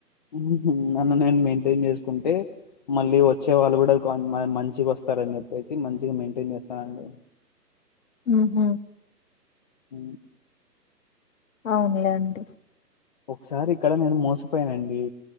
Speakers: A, on the left; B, on the left.
A: ఉహు నన్ను నేను మెయింటైన్ చేసుకుంటే మళ్ళీ వచ్చే వాళ్ళు కూడా మంచిగా వస్తారు, ని చెప్పేసి మంచిగా మెయింటైన్ చేస్తానండి,
B: ఉహు
A: ఉ
B: అవునులే అండి
A: ఒకసారి ఇక్కడ నేను మోసపోయానండి